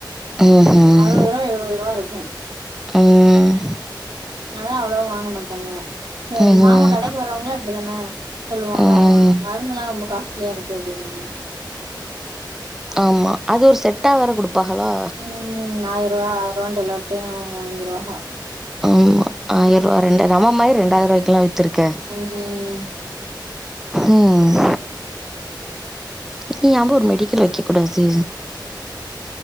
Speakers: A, in the centre; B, on the right.
A: ம்ஹும்.
B: அறுவதுருவா எழுவதுருவா இருக்கு
A: ம்,
B: யாரோ அவ்ளவா வாங்க மாடாங்க சே
A: ம்ஹும்.
B: மாமா கடைக்கு வறவங்களே அப்டிதான சொலுவாங்க
A: ம்,
B: மருந்தெல்லா ரொம்ப காஸ்ட்லியா இருக்கு அப்டிம்பாங்க
A: ஆமா அது ஒரு செட்டா வேர கொடுப் பாகலா
B: ம் ஆயரூவா ஆயரூவான்ட்டு எல்லார்ட்டயு வாங்கிருவாங்க
A: ஆமா ஆயரூவா ரெண்டாயி அம்மா மாரி ரெண்டாயிரூவாய்குலா வித்துருக்கே
B: ம்
A: ம் நீயாம்பு ஒரு மெடிகல் வைக்ககூடாது